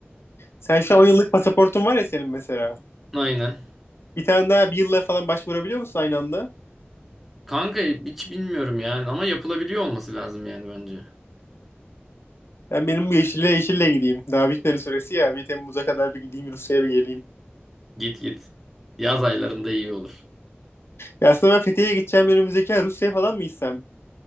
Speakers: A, on the left; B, in the centre.
A: Sen şu an 10 yıllık pasaportun var ya senin mesela.
B: <laughs> Aynen.
A: Bir tane daha bir yılla falan başvurabiliyor musun aynı anda?
B: Kanka hiç bilmiyorum yani ama yapılabiliyor olması lazım yani bence.
A: Ben benim bu yeşille yeşille gideyim. Daha bitmedi süresi ya. Bir Temmuz'a kadar bir gideyim Rusya'ya bir geleyim.
B: Git git. Yaz aylarında iyi olur.
A: Ya aslında ben Fethiye'ye gideceğim önümüzdeki ay Rusya'ya falan mı gitsem?